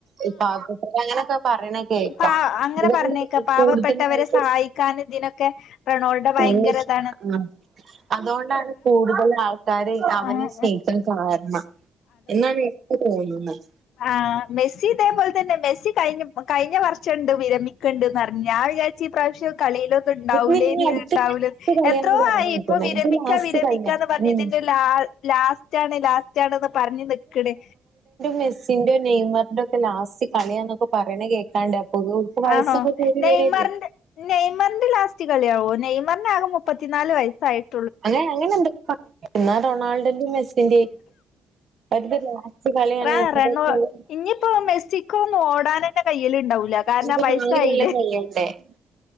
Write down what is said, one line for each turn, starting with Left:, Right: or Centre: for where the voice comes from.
Right: ഈ പാവപ്പെ അങ്ങനൊക്കെ പറയണ കേക്കാം
Left: പ അങ്ങനെ
Right: അതുകൊണ്ട്
Left: പറഞ്ഞേക്ക പാവപ്പെട്ടവരെ
Right: കൂടുതലായിട്ട്
Left: സഹായിക്കാന ഇതിനൊക്കെ റൊണോൾഡോ ഭയങ്കര
Right: നല്ല ഇഷ്ടാ
Left: ഇതാ
Right: ആ അതുകൊണ്ടാണ് കൂടുതൽ ആൾക്കാര് അവനെ
Left: ആഹ്
Right: സ്നേഹിക്കാൻ കാരണം എന്നാണ് എനിക്ക് തോന്നുന്നത്
Left: ആഹ്‌ മെസ്സി ഇതേ പോലെ തന്നെ മെസ്സി കഴിഞ്ഞ കഴിഞ്ഞ വർഷഎടുതേ വിരമി ണ്ടഞ്ഞ ഞാൻ വിചാച്ച് ഈ പ്രാവശ്യം കളിയിലോന്നും ഉണ്ടാവൂലേ
Right: ഇനി ഇനി
Left: നീ
Right: അടുത്ത
Left: ഉണ്ടാവൂല
Right: ലാസ്റ്റ്
Left: എത്രോ
Right: കളിയാന്ന് പറഞ്ഞ്
Left: ആയി ഇപ്പൊ
Right: കേക്കുന്നെ
Left: വിരമിക്കാ
Right: ഇത് ലാസ്റ്റ്
Left: വിരമിക്കാന്ന്
Right: കളിയാ
Left: പറഞ്ഞ്
Right: ഉം
Left: ഇതിന്റെ ലാ ലാസ്റ്റ ആണ് ലാസ്റ്റ് ആണെന്ന് പറഞ്ഞ് നിക്കണേ
Right: മെസ്സിന്റെ നെയ്മറിന്റെ ഒക്കെ ലാസ്റ്റ് കളിയാന്നൊക്കെ പറയണ കേൾക്കാണ്ട പൊതു വയസ്സൊക്കെ
Left: ആണോ
Right: കൂടി
Left: നെയ്മറിന്റെ
Right: വരില്ലേ
Left: നെയ്മറിന്റെ ലാസ്റ്റ് കളിയാവോ നെയ്മറി ആകെ മുപ്പത്തിനാല് വയസ്സായിട്ട്
Right: അങ്ങനെ അങ്ങനെണ്ട് എന്നാ റൊണാൾഡോന്റെയും മെസ്സിന്റെ അവത് ലാസ്റ്റ് കളിയാണ്
Left: റ
Right: <unintelligible>
Left: റെണോ ഇനിയിപ്പോ മെക്സിക്കോന്നും ഓടാനന്റെ കയിൽ ഉണ്ടാവൂല്ല കാരണം
Right: ഇനിയിപ്പോ
Left: വയസ്സായില്ലേ
Right: നാല് <inaudible>